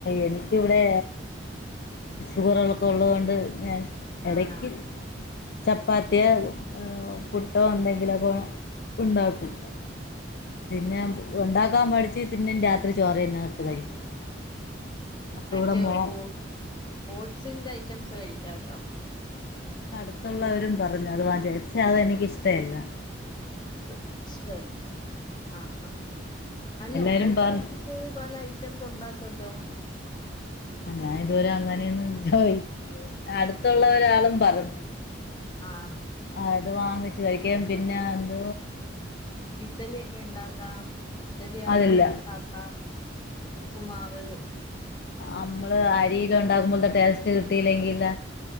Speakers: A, on the left; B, on the left.
A: എനിക്കിവിടെ ഷുഗറുകളൊക്കെ ഉള്ളത്തൂ കൊണ്ട് ഞാൻ ഇടക്ക്
B: ആഹ്
A: ചപ്പാത്തിയോ പുട്ടോ എന്തെങ്കിലുമൊക്കെ ഉണ്ടാക്കും പിന്നെ ഉണ്ടാക്കാൻ മടിച്ച് പിന്നെ രാത്രി ചോറ് തന്നെ എടുത്ത് കഴിക്കും അപ്പൊ
B: മറ്റേ
A: ഇവിടെ മോ
B: ഓ ഓട്സിന്റെ ഐറ്റംസ് കഴിക്കാമല്ലോ
A: ഞമ്മ അടുത്തുള്ളവരും പറഞ്ഞു അത് <unintelligible> എനിക്ക ഇഷ്ടമല്ല
B: ഓട്സ് ഇഷ്ടമല്ല ആ ആ അല്ല
A: എല്ലാരും
B: ഓട്സ്
A: പറഞ്ഞു
B: വെച്ചിട്ട് പല ഐറ്റംസ് ഉണ്ടാക്കല്ലോ
A: ഞാൻഇതുവരെം അങ്ങനെയന്നും ചോയിച്ചില്ലേ അടുത്തുള്ള ഒരാളും പറഞ്ഞ
B: ആ
A: അത് വാങ്ങിച്ചു കഴിക്കാൻ പിന്നെ എന്ത
B: ഇഡ്ഡലിയൊക്കെ ഉണ്ടാക്കാം ഇഡ്ഡലി ആക്കാം
A: അതില്ല
B: പുട്ടാക്കാം ഉപ്പ് മാവ്
A: നമ്മള് അരിയില ഉണ്ടകുമ്പോഴത്തെ ടേസ്റ്റ് കിട്ടില്ലെങ്കില്ല